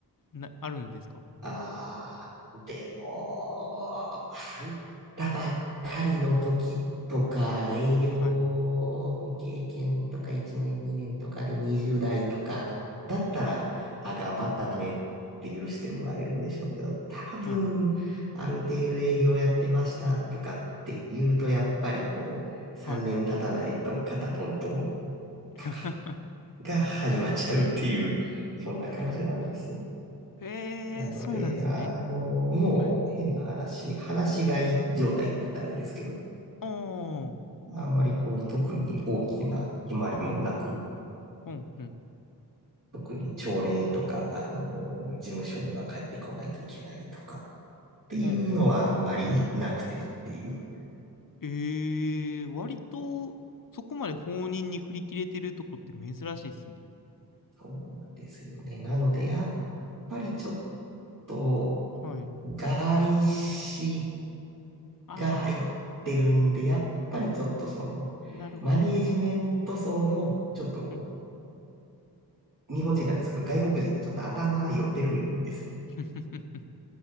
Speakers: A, on the left; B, on the right.
A: な、あるんですか
B: ああ、でも、入ったばっかりの時とか、営業未経験とか1年2年とかで20代とかだったら、
A: はい。はい。
B: あ、頑張ったねって許してもらえるんでしょうけど、多分、
A: はい。
B: ある程度営業やってましたとかって言うと、やっぱりこう、3年経たないと肩トントン
A: はい。はい。<laughs>
B: とか
A: あ
B: が始まっちゃうっていう、
A: ー
B: そんな感じなんです。
A: へえ、
B: なので、
A: そうなんですね。
B: あの、もう変な話、
A: はい。
B: 話し飼い状態って言ったらあれですけど、
A: ああ、はい。
B: あんまりこう特に大きな決まりもなく、
A: ほんほん。
B: 特に朝礼とか、あの、事務所には帰ってこないといけないとかっていうのはあんまりなくてっていう。
A: ほんほん。ええ、割と、そこまで放任に振り切れてるとこって珍しいですね。
B: そうなんですよね。なので、やっぱりちょっと
A: はい。
B: 外資
A: ああ、
B: が入ってるんで、やっぱりちょっとその、
A: なるほど。
B: マネージメント層もちょっとこ
A: うん。
B: 日本人なんですけど、外国人にちょっと頭寄ってるんですね。
A: <laughs>